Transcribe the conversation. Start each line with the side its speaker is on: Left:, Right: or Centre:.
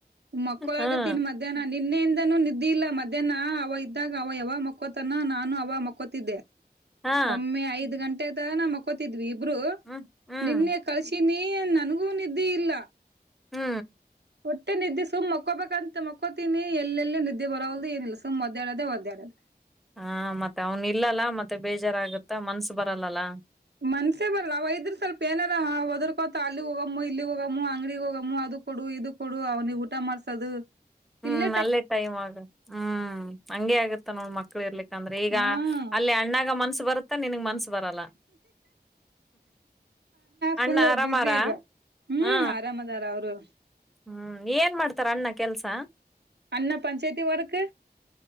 Right: ಮಕ್ಕಳ
Centre: ಹ್ಮ್
Right: ಆಗತ್ತನ್ ಮಧ್ಯಾಹ್ನ ನಿನ್ನೆಯಿಂದನೂ ನಿದ್ದೆ ಇಲ್ಲ ಮಧ್ಯಾಹ್ನ ಅವ ಇದ್ದಾಗ ಅವ ಯಾವ ಮಕ್ಕೊತನ ನಾನು ಅವ ಮಕ್ಕೊತಿದ್ದೆ
Centre: ಹಾ
Right: ಒಮ್ಮೆ ಐದ್ ಗಂಟೆದ ನ ಮಕೋತಿದ್ವಿ ಇಬ್ರು
Centre: ಹ್ಮ್ ಹ್ಮ್
Right: ನಿನ್ನೆ ಕಳಸ ನೀ ನನಗೂ ನಿದ್ದೆ ಇಲ್ಲ
Centre: ಹ್ಮ್
Right: ಹೊಟ್ಟೆ ನಿದ್ದೆ ಸುಮ್ ಮಕೋಬೇಕಂತ ಮಕ್ಕಕೋತೀನಿ ಎಲ್ಲೆಲ್ಲ ನಿದ್ದೆ ಬರೋಲ್ಲದು ಏನಿಲ್ಲ ಸು್ದ್ದೆ ಅಡೋದೆ ಒದ್ದ್ಯಾಾಡದೆ
Centre: ಹಾ ಮತ್ತೆ ಅವನ್ ಇಲ್ಲಲ್ಲ ಮತ್ತೆ ಬೇಜಾರಾಗುತ್ತ ಮನ್ಸ ಬರಲ್ಲಲ್ಲ
Right: ಮನ್ಸ ಬರ್ರ ಅವ್ ಇದ್ರರು ಸ್ವಲ್ಪ ಏನಾರ ಹೊದರ್ಕೋತ ಅಲ್ಲಿ ಹೋಗಮ್ಮ ಇಲ್ಲಿಗ್ ಹೋಗಮ್ಮ ಅಂಗಡಗ್ ಹೋಗಮ್ಮ ಅ ಕೊಡು ಇದು ಕೊಡು ಅವ್ನಿಗೆ ಊಟ ಮಾಡ್ಸೋದು
Centre: ಹ್ಮ್
Right: ಇಲ್ಲ
Centre: ಅಲ್ಲೇ ಟೈಮ್ ಆಗ ಹ್ಮ್ ಹಂಗಗೆ ಆಗತ್ತ ನೋ ಮಕ್ಕಳ ಇರ್ಲಿಕ್ಕ ಅಂದ್ರೆ ಈಗ
Right: ಹ
Centre: ಅಲ್ಲಿ ಅಣ್ಣ ಮನಸ್ಸು ಬರುತ್ತೆ ನಿನ್ಗೆ ಮನಸು ಬರಲ್ಲ
Right: ಫುಲ್
Centre: ಅಣ್ಣ ಆರಾಮಾರಾ
Right: ಬ್ಯುಸಿ ಈಗ ಹ್ಮ್
Centre: ಹ್ಮ
Right: ಆರಾಮದಾರ ಅವರು
Centre: ಹ್ಮ್ ಏನ್ ಮಾಡ್ತಾರ ಅಣ್ಣ ಕೆಲ್ಸ
Right: ಅ್ಣ ಪಂಚಾಯತಿ ವರ್ಕ್